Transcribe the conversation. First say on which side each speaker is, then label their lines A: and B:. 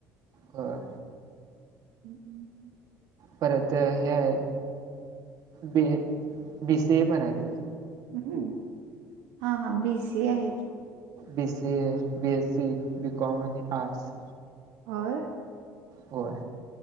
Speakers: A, on the right; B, on the right.
A: ह.
B: हम्म्.
A: परत हे आहे बी. ए. बी सी ए पण आहे तिथं
B: हम् हां हां बी सी ए आहे की
A: B C A. B S C. BCom आणि आर्ट्स
B: होय
A: होय.